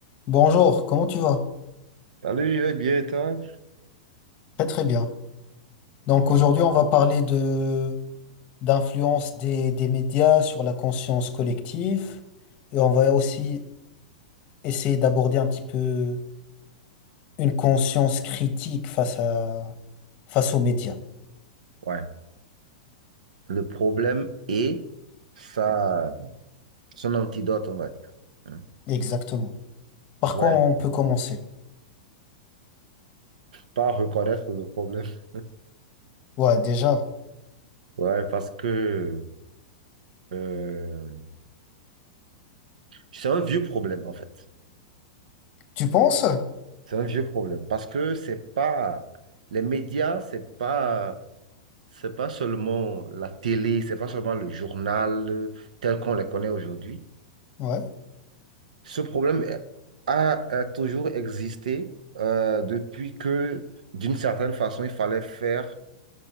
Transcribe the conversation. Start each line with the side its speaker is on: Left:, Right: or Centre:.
Left: Bonjour, comment tu vas?
Right: Salut, je vais bien, et toi?
Left: Très très bien. Donc
Right: Bon,
Left: aujourd'hui, on va parler de d'influence des, des médias sur la conscience collective et on va aussi essayer d'aborder un petit peu une conscience critique face à face aux médias.
Right: ouais. Le problème est ça, son antidote, on va dire. Hein.
Left: Exactement. Par
Right: Ouais,
Left: quoi on peut commencer?
Right: pas reconnaître le problème. <laughs>
Left: Ouais, déjà.
Right: Ouais, parce que euh, c'est un vieux problème, en fait.
Left: Tu penses?
Right: C'est un vieux problème. Parce que c'est pas. Les médias, c'est pas. C'est pas seulement la télé, c'est pas seulement le journal euh, tel qu'on les connaît aujourd'hui.
Left: Ouais,
Right: Ce problème a, a toujours existé euh, depuis que, d'une certaine façon, il fallait faire,